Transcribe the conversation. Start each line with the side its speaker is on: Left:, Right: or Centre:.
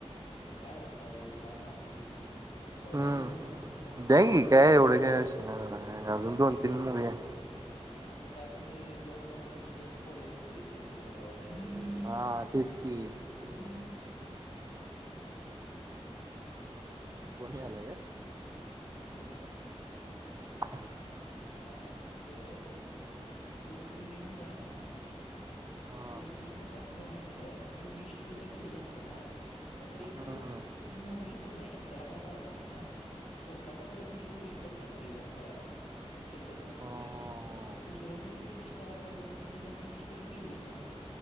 Left: आता काय लपवायच तुम्हाला सांगतोच की काय स्पॉइलर
Right: हम्,
Left: देऊ काय नको तुम्ही सांगा
Right: द्या की काय एवढं काय विषय नाही सोडा
Left: हा
Right: अजून दोन-तीन मुवी आहेत.
Left: आता काय तुम्ही री हिच्यावरनं पण ते स्पॉइल होतेच सोशल मीडियावर <unintelligible>
Right: हा तेच की.
Left: <unintelligible>
Right: कोणी आलाय काय?
Left: फोन यायलाय.
Right: <inaudible>
Left: अ ते तो जो मेन हिरो आहे ना,
Right: हा.
Left: तो सिन कसा असतोय माहितीय काय ती विश तिने केलेली असते ना, मग तो एक
Right: हम्म.
Left: तर ती मोडू शकत नाही त्याला काय कराव लागणार. स्वतः च परत विश करू शकत नाही रिव्हर्स करायला. एकदाच करू शकतोय,
Right: हा हा
Left: मग दुसरं कोणीतरी विश करायला पाहिजे की त्यानं ती विश कधी केलीच नाही,